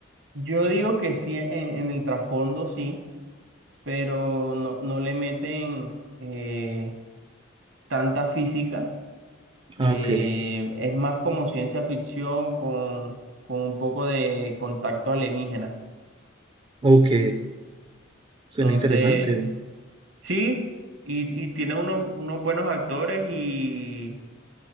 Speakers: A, on the right; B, on the right.
A: yo digo que sí, en, en el trasfondo sí, pero no, no le meten eh, tanta física Eh,
B: Ah, ok.
A: es más como ciencia ficción con, con un poco de contacto alienígena.
B: Ok. Suena
A: Entonces,
B: interesante.
A: sí, y, y tiene unos, unos buenos actores y,